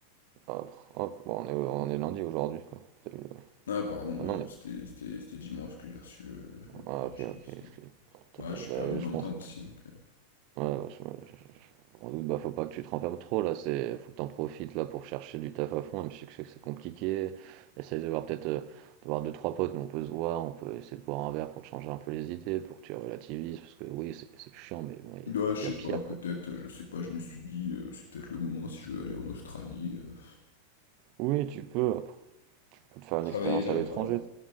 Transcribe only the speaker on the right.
Hop, hop. Bon, on est, on est lundi aujourd'hui, quoi. T'as eu, euh,
Ah
non, on est...
Ah, ok,
ok, excuse.
T'as
pas-
Bah,
je pense.
Ouais, ouais, je, je- je- je m'en doute. Bah, faut pas que tu te renfermes trop, là. C'est... Faut que t'en profites, là, pour chercher du taf à fond. Même si je sais que c'est compliqué. Essaye de voir peut-être... euh, de voir deux, trois potes, mais on peut se voir. On peut essayer de boire un verre pour te changer un peu les idées, pour que tu relativises. Parce que oui, c'est c'est chiant, mais bon, il y,
a
il
y a pire,
quoi.
Oui, tu peux. Faut te faire une
expérience
à l'étranger.